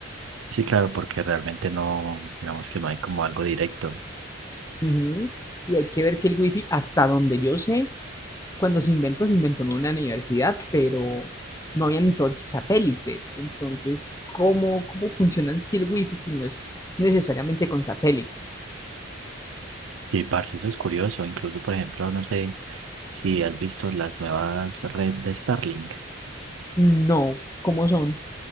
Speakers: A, on the right; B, on the left.
A: Sí, claro, porque realmente no, digamos que no hay como algo directo.
B: Ujú. Y hay que ver que el wifi, hasta donde yo sé, cuando se inventó, se inventó en una universidad, pero no había entonces satélites. Entonces, ¿cómo, cómo funciona en sí el wifi si no es necesariamente con satélites?
A: Sí, parce, eso es curioso. Incluso, por ejemplo, no sé si has visto las nuevas redes de Starlink.
B: No, ¿cómo son?